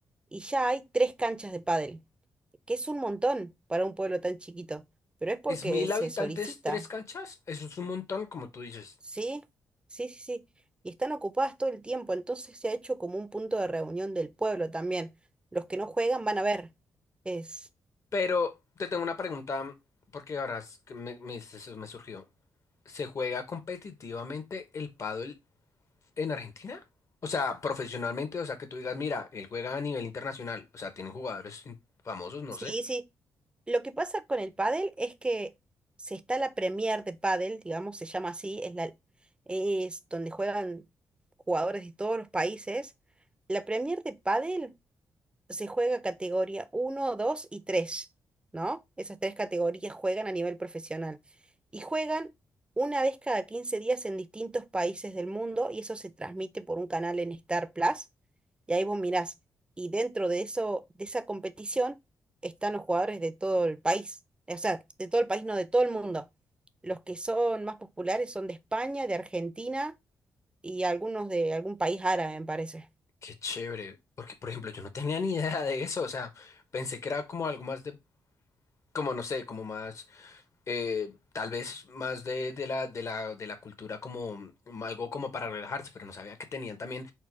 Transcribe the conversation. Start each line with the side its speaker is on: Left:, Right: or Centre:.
Right: y ya hay tres canchas de pádel, que es un montón para un pueblo tan chiquito, pero es porque
Left: Es mil
Right: se
Left: habitantes,
Right: solicita,
Left: tres canchas. Eso es un montón, como tú dices.
Right: ¿sí? Sí, sí, sí. Y están ocupadas todo el tiempo, entonces se ha hecho como un punto de reunión del pueblo también. Los que no juegan van a ver. Es...
Left: Pero te tengo una pregunta, porque ahora es que me, me dices eso, me surgió. ¿Se juega competitivamente el pádel en Argentina? O sea, profesionalmente, o sea, que tú digas, mira, él juega a nivel internacional. O sea, tienen jugadores in- famosos, no
Right: Sí,
Left: sé.
Right: sí. Lo que pasa con el pádel es que se está la Premier de pádel, digamos, se llama así, es la, es donde juegan jugadores de todos los países. La Premier de pádel se juega categoría uno 2 y tres ¿no? Esas tres categorías juegan a nivel profesional. Y juegan una vez cada 15 días en distintos países del mundo y eso se transmite por un canal en Star Plus. Y ahí vos mirás. Y dentro de eso, de esa competición, están los jugadores de todo el país. O sea, de todo el país, no de todo el mundo. Los que son más populares son de España, de Argentina y algunos de algún país árabe, me parece.
Left: Qué chévere, porque por ejemplo yo no tenía ni idea de eso, o sea, pensé que era como algo más de como no sé, como más, eh, tal vez más de, de la, de la, de la cultura como mm, algo como para relajarse, pero no sabía que tenían también